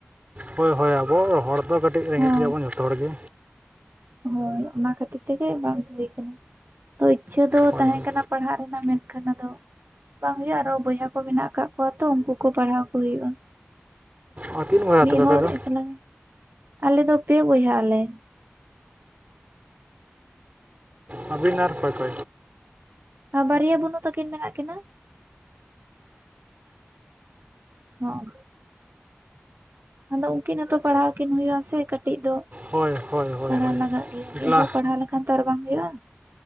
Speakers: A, on the right; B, on the right.
A: ᱦᱳᱭ ᱦᱳᱭ ᱟᱵᱚ ᱦᱚᱲ ᱫᱚ ᱠᱟᱹᱴᱤᱡ ᱨᱮᱸᱜᱮᱡ
B: ᱦᱚᱸ
A: ᱜᱮᱭᱟᱵᱚᱱ ᱡᱷᱚᱛᱚ ᱦᱚᱲ ᱜᱮ᱾
B: ᱦᱳᱭ ᱚᱱᱟ ᱠᱷᱟᱹᱛᱤᱨ ᱛᱮᱜᱮ ᱵᱟᱝ ᱦᱩᱭ ᱠᱟᱱᱟ ᱛᱚ ᱤᱪᱷᱟᱹ ᱫᱚ
A: ᱦᱳᱭ
B: ᱛᱟᱦᱮᱸ
A: ᱦᱳᱭ
B: ᱠᱟᱱᱟ᱾ ᱯᱟᱲᱦᱟᱜ ᱨᱮᱱᱟᱜ ᱢᱮᱱᱠᱷᱟᱱ ᱟᱫᱚ ᱵᱟᱝ ᱦᱳᱭᱳᱜᱼᱟ ᱟᱨᱦᱚᱸ ᱵᱚᱭᱦᱟ ᱠᱚ ᱢᱮᱱᱟᱜ ᱟᱠᱟᱜ ᱠᱚᱣᱟ ᱛᱚ ᱩᱱᱠᱩ ᱠᱚ ᱯᱟᱲᱦᱟᱣ ᱠᱚ ᱦᱳᱭᱳᱜᱼᱟ ᱾
A: ᱚ ᱛᱤᱱ ᱵᱚᱭᱦᱟ
B: ᱢᱤᱫ
A: ᱛᱚᱵᱮ ᱟᱯᱮ
B: ᱦᱚᱲ
A: ᱫᱚ
B: ᱮᱠᱟᱞᱟ ᱜᱮ, ᱟᱞᱮ ᱫᱚ ᱯᱮ ᱵᱚᱭᱦᱟᱜ ᱟᱞᱮ᱾
A: ᱟᱵᱤᱱ ᱟᱨ ᱚᱠᱚᱭ
B: ᱵᱟᱨᱭᱟ ᱵᱩᱱᱩ ᱛᱟᱹᱠᱤᱱ ᱢᱮᱱᱟᱜ ᱠᱤᱱᱟ᱾ ᱦᱮᱸ᱾ ᱟᱫᱚ ᱩᱱᱠᱤᱱ ᱦᱚᱸᱛᱚ ᱯᱟᱲᱦᱟᱣ ᱠᱤᱱ ᱦᱩᱭᱩᱜ ᱟ ᱥᱮ ᱠᱟᱹᱴᱤᱡ ᱫᱚ᱾
A: ᱦᱳᱭ ᱦᱳᱭ ᱦᱳᱭ
B: ᱯᱟᱲᱦᱟᱣ
A: ᱦᱳᱭ
B: ᱞᱟᱜᱟᱜ ᱜᱮᱭᱟ
A: ᱮᱠᱞᱟ
B: ᱢᱤᱫ ᱦᱚᱲ ᱯᱟᱲᱦᱟᱣ ᱞᱮᱠᱷᱟᱱ ᱛᱚ ᱟᱨ ᱵᱟᱝ ᱦᱩᱭᱩᱜᱼᱟ᱾